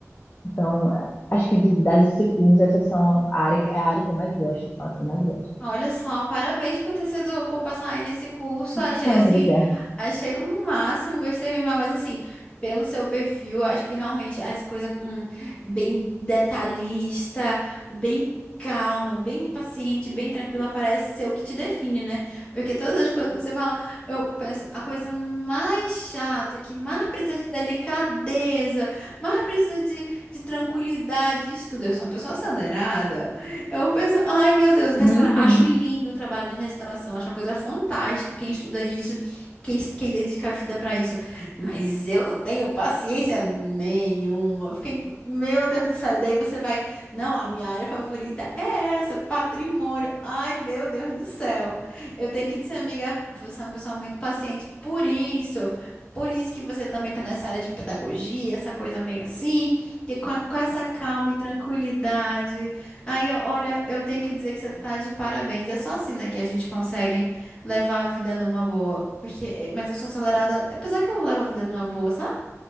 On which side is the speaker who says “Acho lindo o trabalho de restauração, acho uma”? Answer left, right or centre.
Left